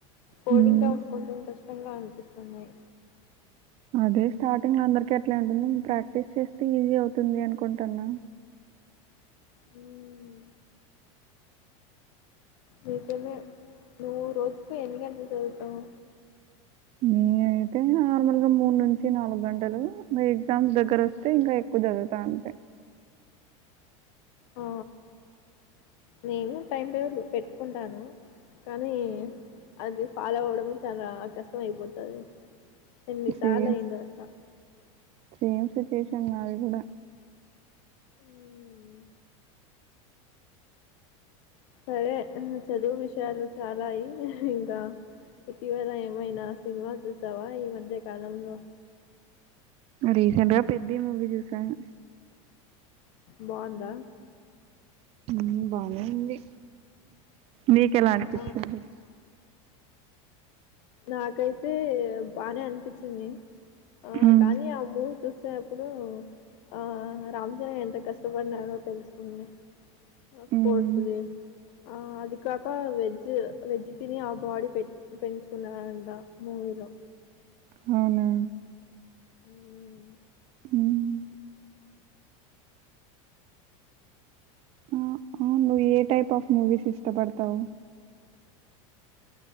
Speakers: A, on the left (about 65°); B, on the right (about 35°).
A: కోడింగ్
B: హ్మ్.
A: కొంచెం కష్టంగా అనిపిస్తున్నాయి
B: అదే స్టార్టింగ్ లో అందరికి అట్లే అర్ద ప్రాక్టీస్ చేస్తే ఈజీ అవుతుంది అనుకుంటున్నా
A: హ్మ్ నిజమే నువ్వు రోజుకు ఎన్ని గంటలు చదువుతావు
B: నే అయితే నార్మల్ గా మూడు నుంచి నాలుగు గంటలు ఎగ్జామ్స్ దగ్గర వస్తే ఇంకా ఎక్కువ చదువుత అంతే <inaudible>
A: ఆ నేను టైం టేబుల్ పెట్టుకుంటాను కానీ అది ఫాలో అవ్వడం చాలా కష్టం అయిపోతది ఎన్ని
B: సేమ్,
A: సార్లు అయింది
B: ఎగ్జామ్
A: అట్లా
B: సేమ్ సిచ్యువేషన్ నాది కూడా
A: హ్మ్ సరే చదువు విషయాలు చాలాయి ఇంకా ఇటివేళ ఏమైనా సినిమా చూసావ ఈ మధ్య కాలంలో
B: రీసెంట్గా పెద్ది మూవీ చూసాను
A: బాందా
B: మ్ బానే ఉంది మీకు ఎలా అనిపించింది
A: ఆ నాకైతే బానే అనిపించింది ఆ
B: మ్మ్
A: కానీ ఆ మూవీ చూస్ సే అప్పుడు ఆ రామ్చరణ్ ఎంత కష్టపడినారో తెలుస్తుంది అ
B: మ్మ్
A: పోడ్స్స్తది. ఆ అది కాక వెజ్ వెజ్ తిని ఆ బాడి పె పెంచు అంద మూవీలో
B: అవునా
A: హ్మ్
B: మ్మ్ ఆ అవును నువ్ ఏ టైప్ ఆఫ్ మూవీస్ ఇష్టపడతావు